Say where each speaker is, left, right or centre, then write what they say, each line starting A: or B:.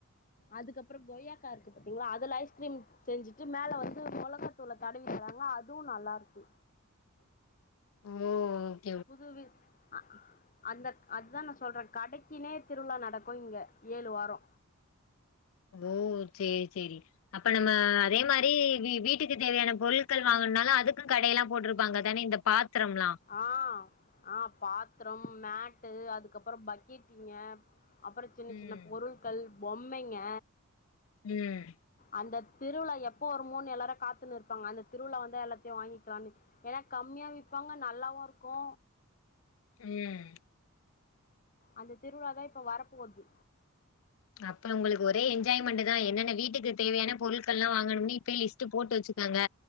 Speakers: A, on the left; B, on the left.
A: அதுக்கப்றோ கொய்யாக்கா இருக்கு பாத்தீங்களா அதுல ஐஸ்க்ரீம் செஞ்சிட்டு மேல வந்து மொளகாத்தூள தடவி தறாங்ளா அதுவு நல்லார்க்கு
B: உம்மோ அர்
A: புதுவி அ அந்தக் அத்தா நா சொல்றன் கடைக்கினே திருவிழா நடக்கு இங்க ஏழு வாரோ
B: ஓ ச்சே ச்செரி அப்ப நம்ம அதே மாரி வீ வீட்டுக்கு தேவையான பொருள்க்கள் வாங்கனாலு அதுக்குன் கடையெல்லா போட்ருப்பாங்க தானே இந்தப் பாத்தரம்லா
A: ஆ ஆ பாத்ரம் மேட்டு அதுக்கப்புறம் பக்கெட்டிங்க அப்பற சின்ன
B: ம்.
A: சின்ன பொருள்க்கள் பொம்மைங்க
B: ம்
A: அந்த திருவிழா எப்போ வருமோனு எல்லாரு காத்துன்னு இருப்பாங்க அந்த திருவிழா வந்தா எல்லாத்தையு வாங்கி ட்ராமி ஏனா கம்மியா விப்பாங்க நல்லாவு இருக்கு
B: ம்
A: அந்த திருவிழா தா இப்ப வரப்போவது
B: அப்ப உங்களுக்கு ஒரே என்ஜாய்மெண்ட்டுதா என்னன்ன வீட்டுக்கு தேவையான பொருள்க்கள்லா வாங்கணும்னே இப்பே லிஸ்ட்டு போட்டு வச்சுக்குங்க